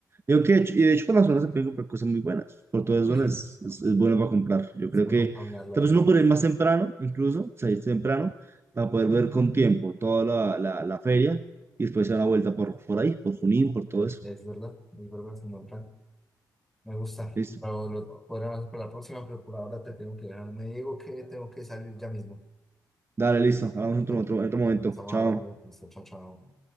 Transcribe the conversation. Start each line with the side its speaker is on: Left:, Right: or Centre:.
Right: Digo que, de hecho- y de hecho por la zona se pueden comprar cosas muy buenas, por todas
Centre: Sí,
Right: zonas
Centre: sí,
Right: es, es, es bueno para comprar. Yo
Centre: es
Right: creo
Centre: bueno
Right: que
Centre: caminar la
Right: tal vez uno puede ir más temprano, incluso, salir temprano, para poder ver con tiempo toda la, la, la feria y después se da una vuelta por, por ahí, por Junín, por todo
Centre: bueno,
Right: eso.
Centre: es verdad, es verdad, señor Fran. Me gusta,
Right: Listo.
Centre: pero lo podremos para la próxima, pero por ahora te tengo que dejar. Me digo que tengo que salir ya mismo.
Right: Dale, listo, hablamos
Centre: Vale,
Right: en otro, en
Centre: bueno,
Right: otro momento.
Centre: estamos
Right: Chao.
Centre: hablando, listo, chao, chao.